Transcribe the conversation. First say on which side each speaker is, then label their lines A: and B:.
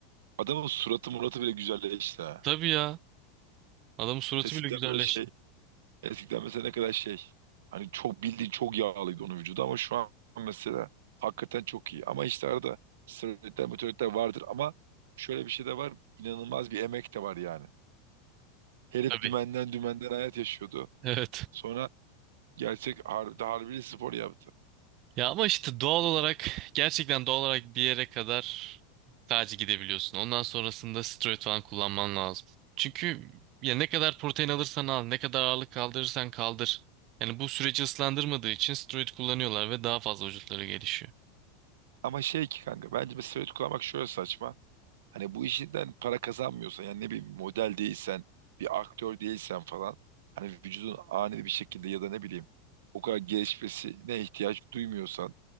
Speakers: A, on the right; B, on the right.
A: adamın suratı muratı bile güzelleşti ha.
B: Tabii ya. Adamın suratı
A: Eskiden
B: bile güzelleşti.
A: böyle şey Eskiden mesela ne kadar şey hani çok bildiğin çok yağlıydı onun vücudu ama şu an mesela hakikaten çok iyi. Ama işte arada steroidler meteoritler vardır ama şöyle bir şey de var inanılmaz bir emek de var yani. Herif
B: Tabii.
A: dümenden dümenden hayat yaşıyordu.
B: Evet.
A: Sonra gerçek har- harbi, spor yaptı.
B: Ya ama işte doğal olarak gerçekten doğal olarak bir yere kadar sadece gidebiliyorsun. Ondan sonrasında steroid falan kullanman lazım. Çünkü ya ne kadar protein alırsan al, ne kadar ağırlık kaldırırsan kaldır. Yani bu süreci ıslandırmadığı için steroid kullanıyorlar ve daha fazla vücutları gelişiyor.
A: Ama şey ki kanka bence bir steroid kullanmak şöyle saçma. Hani bu işinden para kazanmıyorsan yani ne bileyim model değilsen bir aktör değilsen falan hani vücudun ani bir şekilde ya da ne bileyim o kadar gelişmesine ihtiyaç duymuyorsan